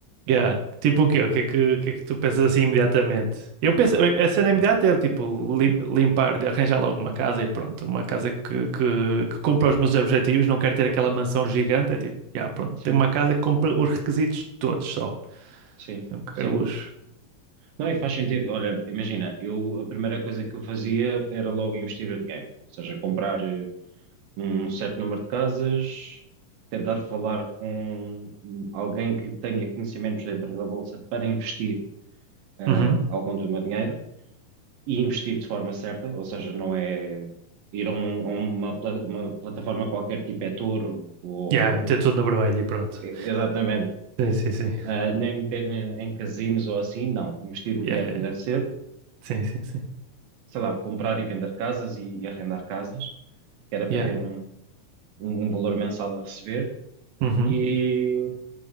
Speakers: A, on the right; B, on the right.
A: Yeah. Tipo o quê? O que é que, o que é que tu pensas assim imediatamente? Eu penso,
B: Epá,
A: a cena imediata é tipo lim- limpar, de arranjar logo uma casa e pronto, uma casa que, que, que cumpra os meus objetivos, não quero ter aquela mansão gigante, é tipo, yeah, pronto,
B: sim,
A: tenho uma casa que cumpre os requisitos todos só,
B: sim.
A: não quero
B: sim.
A: luxo.
B: Não, e faz sentido. Olha, imagina, eu a primeira coisa que eu fazia era logo investir o dinheiro, ou seja, comprar eh, um certo número de casas, tentar falar com alguém que tenha conhecimentos dentro da bolsa para investir eh,
A: Uhum.
B: algum do meu dinheiro e investir de forma certa, ou seja, não é ir a, um- a uma, pla- uma plataforma qualquer tipo é Toro ou
A: Yeah, meter tudo no vermelho e pronto.
B: exatamente,
A: Sim, sim, sim.
B: ah, nem meter em casinos ou assim, não, investir o
A: Yeah,
B: dinheiro
A: yeah.
B: como deve ser
A: Sim, sim, sim.
B: sei lá, comprar e vender casas e, e arrendar casas, que era para
A: Yeah.
B: ter um, um, um valor mensal a receber
A: Uhum.
B: e,